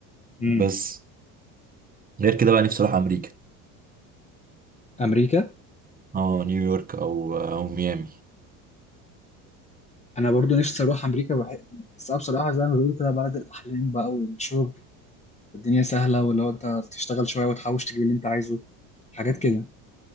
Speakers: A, on the left; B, on the right.
A: امم
B: بس غير كده بقى نفسي اروح امريكا
A: امريكا
B: اه نيويورك او آه، او ميامي
A: انا برضو نفسي اروح امريكا بح... بس أنا بصراحه زي ما بيقولوا كده بلد الاحلام بقى والشغل الدنيا سهله واللي هو انت تشتغل شويه وتحوش تجيب اللي انت عايزه حاجات كده